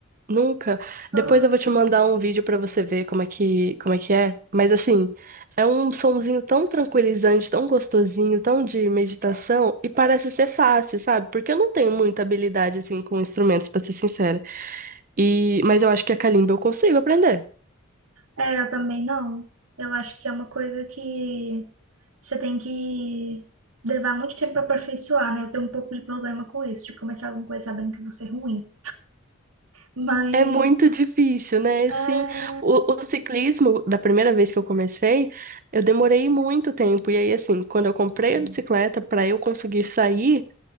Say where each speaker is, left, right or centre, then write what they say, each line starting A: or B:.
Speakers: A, on the right (about 40°); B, on the right (about 80°).
A: Nunca.
B: Ah,
A: Depois eu
B: ah.
A: vou te mandar um vídeo pra você ver como é que como é que é. Mas assim, é um sonzinho tão tranquilizante, tão gostosinho, tão de meditação e parece ser fácil, sabe? Porque eu não tenho muita habilidade assim com instrumentos, pra ser sincera. E mas eu acho que a kalimba eu consigo aprender.
B: É, eu também não. Eu acho que é uma coisa que você tem que levar muito tempo para aperfeiçoar, né? Eu tenho um pouco de problema com isso, de começar alguma coisa sabendo que eu vou ser ruim. Mas,
A: É muito difícil, né?
B: é,
A: Sim, o, o ciclismo, da primeira vez que eu comecei, eu demorei muito tempo. E aí, assim, quando eu comprei a bicicleta para eu conseguir sair